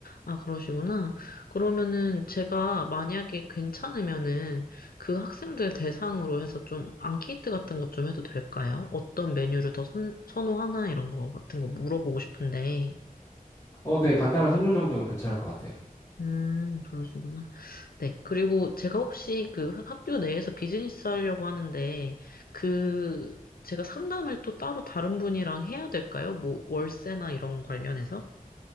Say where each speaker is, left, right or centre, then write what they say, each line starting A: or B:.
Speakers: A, on the left; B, on the left.
A: 아, 그러시구나. 그러면은 제가 만약에 괜찮으면은 그 학생들 대상으로 해서 좀 앙케이트 같은 것 좀 해도 될까요? 어떤 메뉴를 더 선, 선호하나 이런 거 같은 거 물어보고 싶은데.
B: 어, 네, 간단한 설문 정도면 괜찮을 것 같아요.
A: 음, 그러시구나. 네. 그리고 제가 혹시 그 학교 내에서 비즈니스 하려고 하는데 그 제가 상담을 또 따로 다른 분이랑 해야 될까요? 뭐 월세나 이런 관련해서?